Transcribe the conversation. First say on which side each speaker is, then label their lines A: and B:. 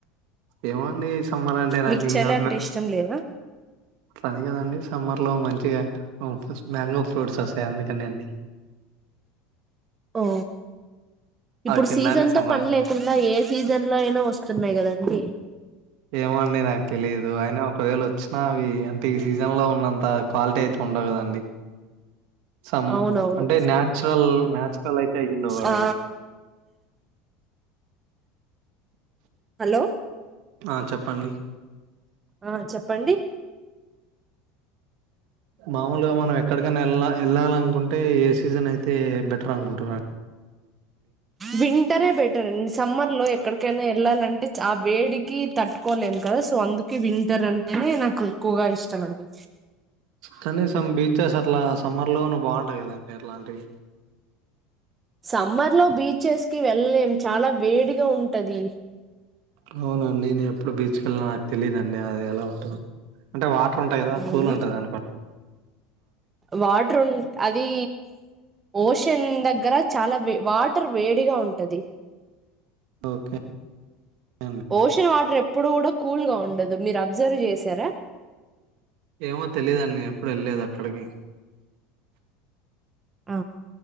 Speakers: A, on the right; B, on the right.
A: ఏమో అండి సమ్మరంటే నాకు
B: మీకు
A: ఇంగా
B: చలి అంటే ఇష్టం లేదా
A: అట్లా లేదండి సమ్మర్ లో మంచిగా ఉ ఫస్ట్ మ్యాంగోస్ ఫ్రూట్స్ వస్తాయి అందుకని అండి
B: ఓ ఇప్పుడు
A: అవి తినడానికి
B: సీజన్
A: సమ్మర్
B: తో పని లేకుండా ఏ సీజన్ లో అయినా వస్తుంది ఉన్నాయ్ కదండీ
A: ఏమోండి నాకు తెలీదు అయిన ఒకవేళ వచ్చ వచ్చిన అవి అంటే ఈ సీజన్ లో ఉన్నంత క్వాలిటీ అయితే ఉండవు కదండి సమ్
B: అవునవును
A: అంటే న్యాచురల్ న్యాచురల్ అయితే అయుండవు అవి
B: ఆ హలో
A: ఆ చెప్పండి
B: ఆ చెప్పండి
A: మామూలుగా మనం ఎక్కడికైనా వెళ్ళ వెళ్ళాలనుకుంటే ఏ సీజన్ అయితే బెటర్ అనుకుంటున్నార్
B: వింటరే బెటర్ అండి సమ్మర్ లో ఎక్కడికైనా వెళ్ళాలంటే చ ఆ వేడి కి తట్టుకోలేం కదా సో అందుకే వింటర్ అంటేనే నాకు ఎక్కువగా ఇష్టం అండి
A: కనీసం బీచెస్ అట్లా సమ్మర్ లోనూ బాగుంటాయి కదండి అట్లాంటియి
B: సమ్మర్ లో బీచెస్కి వెళ్ళలేం చాలా వేడిగా ఉంటది
A: అవునండి నేను ఎప్పుడు బీచ్కెళ్ళిన నాకు తెలీదుండి అది ఎలా ఉంటదు అంటే వా అట్ంటాయి కా
B: అవునా
A: కూ ఉంటంది అను
B: వాటర్ ఉ అది ఓషన్ దగ్గర చాలా వే వాటర్ వేడిగా ఉంటది
A: ఓకే అండి
B: ఓషన్ వాటర్ ఎప్పుడు కూడా కూల్ గా ఉండదు అ మీరు అబ్జర్వ్ చేసారా
A: ఏమో తెలిదండి ఎప్పుడు వెళ్ళలేదు అక్కడికి
B: ఆ